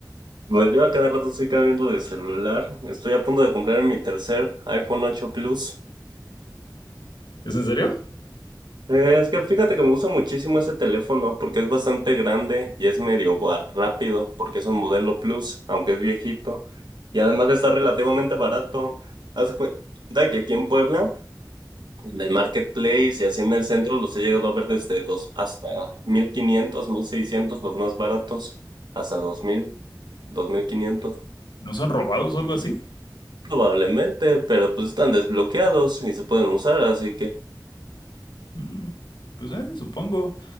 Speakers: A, on the right; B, on the left.
A: Pues yo a cada rato estoy cambiando de celular. Estoy a punto de comprar mi tercer iPhone 8 Plus.
B: ¿Es en serio?
A: Eh, Es que fíjate que me gusta muchísimo ese teléfono porque es bastante grande y es medio ba- rápido porque es un modelo Plus, aunque es viejito. Y además está relativamente barato. Haz de cuenta que aquí en Puebla, en el Marketplace y así en el centro, los he llegado a ver desde dos hasta mil quinientos, mil seiscientos los más baratos, hasta dos dos mil, dos mil quinientos
B: ¿No son robados o algo así?
A: Probablemente, pero pues están desbloqueados y se pueden usar, así que...
B: Mm, Pues eh, supongo.